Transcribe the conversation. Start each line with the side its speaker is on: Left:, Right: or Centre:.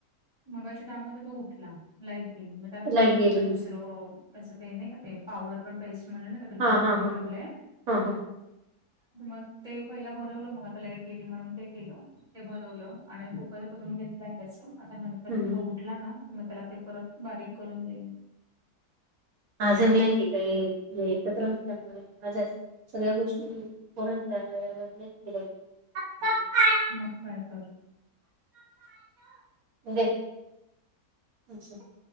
Centre: मगाशी त्यामुळं तर तो उठला लाईट गेली मग त्याला खाऊ
Right: लाईट
Centre: घातलं
Right: गेली म्हणून
Centre: दुसरं तसं काही नाही का ते पावडर पण पेस्ट म्हणलं नाय का तुला
Right: हा
Centre: बनवून
Right: हा हा
Centre: ठेवलंय.
Right: ह हा हा
Centre: मग ते पहिला भरवलं मग आता लाईट गेली म्हणून ते केलं. ते भरवलं आणि कुकर करून घेतलंय त्याचं. आता नंतर
Right: हम्म
Centre: तो आता उठला ना तर मग त्याला ते परत बारीक करून देईन.
Right: आजम लय की काही एकत्र असल्यामुळे सगळ्या गोष्टी अश्या पोरांच्या वेळेवर नायत केल्या गेल्या
Centre: मग काय तर!
Right: दे अच्छा